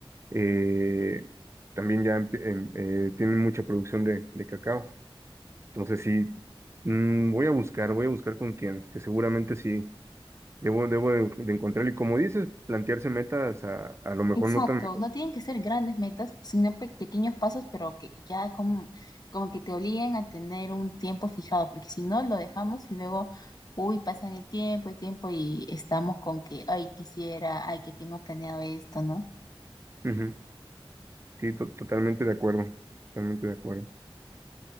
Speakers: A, on the right (about 30°); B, on the left (about 45°).
A: eh, también ya empie- em- eh, tienen mucha producción de, de cacao. Entonces sí, mm, voy a buscar, voy a buscar con quién, que seguramente sí. Debo, debo de, de encontrar, y como dices, plantearse metas a, a lo mejor
B: Exacto,
A: no tan
B: no tienen que ser grandes metas, sino pe- pequeños pasos, pero que ya como, como que te obliguen a tener un tiempo fijado, porque si no lo dejamos y luego, uy, pasan el tiempo, el tiempo y estamos con que, ay, quisiera, ay, que tengo planeado esto, ¿no?
A: Ujú, Sí, to- totalmente de acuerdo, totalmente de acuerdo.